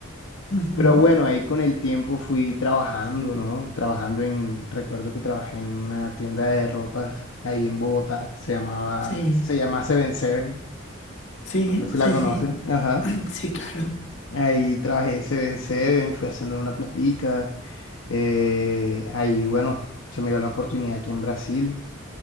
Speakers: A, on the left; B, on the left.
A: Ujú.
B: Pero bueno, ahí con el tiempo fui trabajando, ¿no? Trabajando en, recuerdo que trabajé en una tienda de ropas ahí en Bogotá, que se llamaba,
A: Sí,
B: se llama Seven Seven,
A: sí,
B: no sé si la
A: sí,
B: conoces,
A: sí.
B: ajá.
A: <clears throat> Sí, claro.
B: Ahí trabajé en Seven Seven, fui haciendo una platica, eh, ahí bueno, se me dio la oportunidad aquí en Brasil